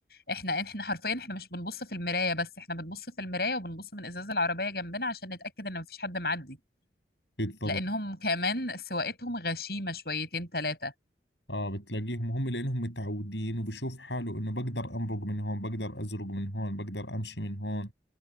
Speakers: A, on the left; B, on the left.
A: احنا احنا حرفيا احنا مش بنبص في المراية بس احنا بنبص في المراية وبنبص من ازاز العربية جنبنا عشان نتأكد ان مفيش حد معدي
B: بالضبط
A: لانهم كمان سواقتهم غشيمة شويتين ثلاثة
B: اه بتلاقيهم هم لانهم متعودين وبشوف حاله انه بقدر امرق من هون بقدر ازرق من هون بقدر امشي من هون